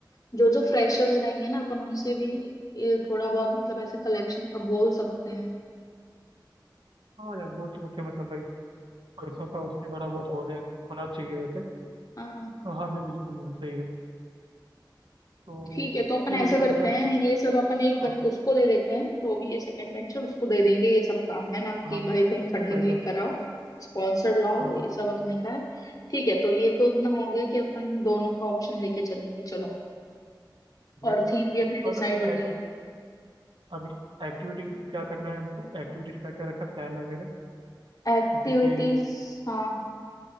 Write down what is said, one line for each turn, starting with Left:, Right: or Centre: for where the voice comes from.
Left: जो जो फ्रेशर्स रहेंगे ना अपन उनसे भी ये थोड़ा बहुत मतलब ऐसे कलेक्शन का बोल सकते हैं
Right: हाँ यार बोल तो सकते हैं, मतलब भाई पैसों का उससे थोड़ा बहुत होने होना चाहिए वैसे
Left: हाँ
Right: तो हाँ मैं बिल्कुल यार सही है तो
Left: ठीक है तो अपन
Right: ठीक है
Left: ऐसा
Right: ये तो
Left: करते
Right: मतलब
Left: हैं ये सब अपन एक
Right: हाँ
Left: बन, उसको दे देते हैं जो भी ये सेकंड वेंचर उसको दे देंगे ये सब काम है ना
Right: हाँ
Left: कि भाई तुम फंडिंग
Right: वही
Left: लेकर
Right: तो
Left: आओ स्पॉन्सर लाओ
Right: हाँ
Left: ये सब अपने का है ठीक है तो ये तो अपना हो गया कि अपन दोनों का ऑप्शन लेके चलेंगे चलो
Right: ठीक
Left: और थीम भी अपनी डिसाइड हो
Right: है
Left: गई है
Right: अब एक्टिविटी क्या करना है हमको एक्टिविटीज क्या क्या रखना है प्लान वगैरह
Left: एक्टिविटीज
Right: जैसे कि
Left: हाँ